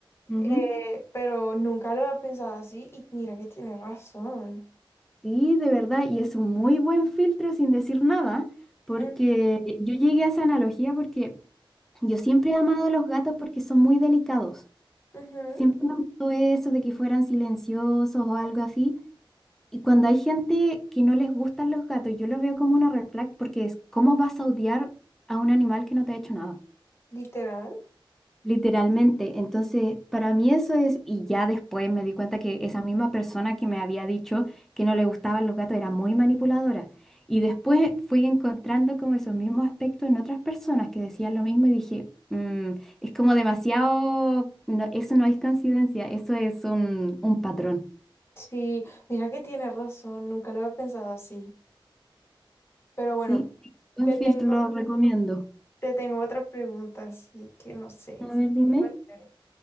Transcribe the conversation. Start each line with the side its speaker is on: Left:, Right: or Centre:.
Centre: Ujú.
Left: Eh, pero nunca lo había pensado así y mira que tiene razón.
Centre: Sí, de verdad, y es un muy buen filtro sin decir nada, porque
Left: Mm,
Centre: yo llegué a esa analogía porque yo siempre he amado a los gatos porque son muy delicados.
Left: ujú,
Centre: Siempre me gustó eso de que fueran silenciosos o algo así. Y cuando hay gente que no les gustan los gatos, yo lo veo como una red flag porque es, ¿cómo vas a odiar a un animal que no te ha hecho nada?
Left: literal.
Centre: Literalmente, entonces para mí eso es, y ya después me di cuenta que esa misma persona que me había dicho que no le gustaban los gatos era muy manipuladora. Y después fui encontrando como esos mismos aspectos en otras personas que decían lo mismo y dije, "Mm, es como demasiado, no, eso no es coincidencia, eso es un, un patrón,
Left: Sí, mira que tiene razón, nunca lo había pensado así. Pero bueno,
Centre: ¿sí? Un
Left: te
Centre: filtro
Left: tengo,
Centre: lo recomiendo.
Left: te tengo otra pregunta, así que no sé.
Centre: A ver, dime.
Left: Bueno, chévere.